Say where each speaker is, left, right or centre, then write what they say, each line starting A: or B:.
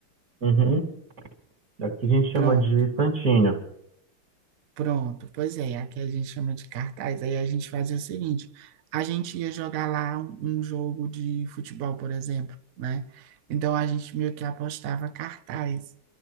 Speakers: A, on the right; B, on the right.
A: uhum. Aqui a gente chama
B: Pronto,
A: de Santinho.
B: pronto. Pois é, aqui a gente chama de cartaz. Aí a gente fazia o seguinte: a gente ia jogar lá um, um jogo de futebol, por exemplo, né? Então a gente meio que apostava cartaz.